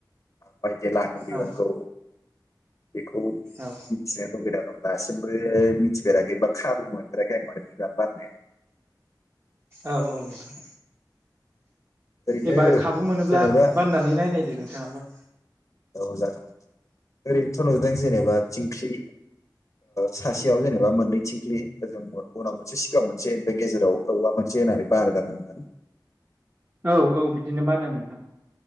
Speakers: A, on the left (about 40°); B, on the right (about 30°).
A: बायदि लानो बिबानखौ
B: औ
A: बेखौ
B: औ
A: मिथिनो लुुबैना दं दासिमबो मिथिफेराखैबा खाबु मोनफेराखै आं बिबान बाननो
B: औ औ नोंथां
A: ओरैनो
B: एबार खाबु मोनोब्ला
A: जेनेबा
B: बाननानै नायनायदो नोंथाङाबो
A: औ जागोन ओरैनोथ' नुदों जेनेबा थिंख्लि सासेयाव जेनेबा मोननै थिंख्लिओ उनाव मोनसे सिगाङाव मोनसे बे गेजेराव औवा मोनसे बारद न
B: औ औ बिदिनो बानो नोंथां